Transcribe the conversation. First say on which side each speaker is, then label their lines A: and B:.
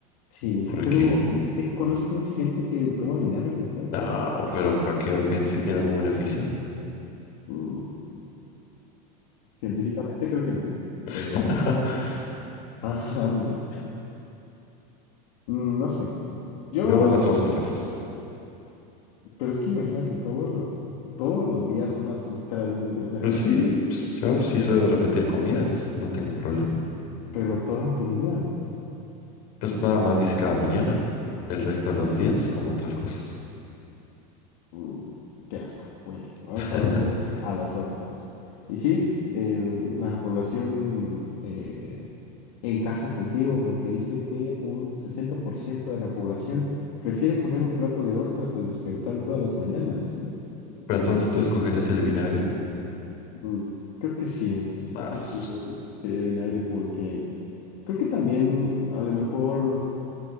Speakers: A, on the left; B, on the left.
A: sí,
B: porque
A: pero eh, eh, conozco mucha gente que toma vinagre, ¿sabes?
B: no, pero ¿para qué o qué? ¿Si tiene algún beneficio?
A: Mm, científicamente creo que no, pero...
B: <laughs>
A: Ajá, ¿no? Mm, No sé. Yo
B: Luego las ostras.
A: Pero es que imagínate todo lo- todos los días unas ostras, güey, o sea,
B: Pues sí, pues, yo sí soy de repetir comidas, no tengo problema.
A: pero toda tu vida.
B: Pues nada más dice cada mañana, el resto de los días, como otras cosas.
A: Mm, qué asco. Bueno, vamos
B: <laughs>
A: a darle a las ostras. Y sí, el- la población eh, encaja contigo porque dice que un 60% de la población prefiere comer un plato de ostras al despertar todas las mañanas, ¿eh?
B: Pero entonces tú escogerías el vinagre.
A: Mm, Creo que sí, yo
B: Ah,
A: creo
B: su-
A: que yo sí, que de vinagre porque creo que también a lo mejor